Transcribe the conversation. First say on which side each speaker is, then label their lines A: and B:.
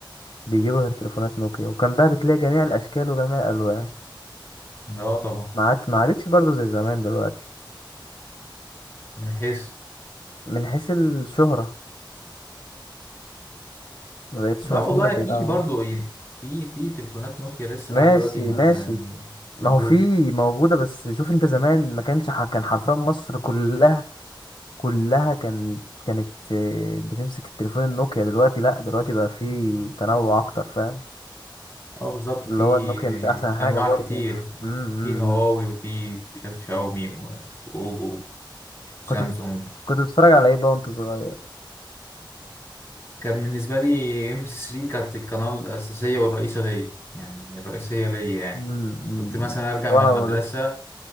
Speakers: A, on the left; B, on the left.
A: بيجيبوا غير تليفونات نوكيا وكان بقى بتلاقي جميع الاشكال وجميع الالوان
B: ده اه طبعا
A: ما عادش ما عادتش برضه زي زمان دلوقتي
B: من حيث
A: من حيث الشهرة ما بقتش
B: لا
A: مشهورة
B: والله
A: زي
B: في
A: الاول
B: برضه يعني في في تليفونات نوكيا لسه
A: ماشي
B: لحد دلوقتي ما
A: ماشي ما
B: موجودة
A: هو في موجودة بس شوف انت زمان ما كانش ح... كان حرفيا مصر كلها كلها كان كانت آه، بتمسك التليفون النوكيا دلوقتي لا دلوقتي بقى في تنوع اكتر فاهم
B: اه بالظبط
A: اللي
B: في
A: هو النوكيا مش احسن حاجة
B: أنواع
A: برضه
B: كتير
A: امم إمم،
B: في هواوي
A: إمم.
B: وفي مش عارف شاومي و- وأوبو
A: كنت
B: وسامسونج
A: بت- كنت بتتفرج على ايه بقى وانت صغير
B: كان بالنسبة لي ام بي 3 كانت القناة الأساسية والرئيسة ليا يعني الرئيسية ليا يعني
A: مم، مم.
B: كنت مثلا ارجع
A: وانا
B: من المدرسة
A: برضه